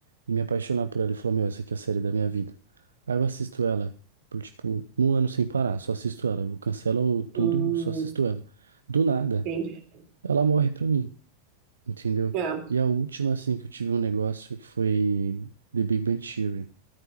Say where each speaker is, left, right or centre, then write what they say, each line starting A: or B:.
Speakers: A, on the right; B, on the right.
A: e me apaixonar por ela e falar, meu, essa aqui é a série da minha vida. Aí eu assisto ela por, tipo, um ano sem parar. Só assisto ela. Eu cancelo tudo,
B: Hum,
A: só assisto ela. Do nada,
B: entendi.
A: ela morre pra mim. entendeu?
B: É.
A: E a última, assim, que eu tive um negócio que foi The Big Bang Theory.